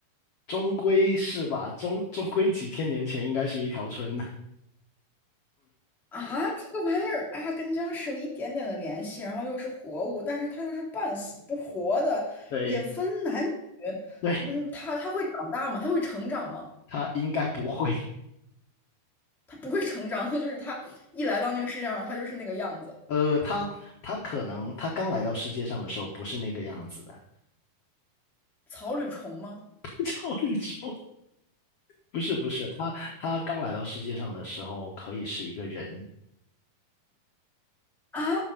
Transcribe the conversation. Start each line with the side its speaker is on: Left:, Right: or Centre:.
Left: 终归是吧，终终归几千年前应该是一条村的。<laughs>
Centre: 啊，这个玩意儿，哎呀，跟僵尸有一点点的联系，然后又是活物，但是它又是半死不活的，
Left: 对
Centre: 也分男女。
Left: 对，
Centre: 嗯，它它会长大吗？它会成长吗？
Left: 他应该不会。
Centre: 他不会成长，他就是他一来到那个世界上，他就是那个样子。
Left: 呃，他他可能他刚来到世界上的时候不是那个样子的。
Centre: 草履虫吗？
Left: <laughs> 赵立忠不是不是，他他刚来到世界上的时候可以是一个人，
Centre: 啊，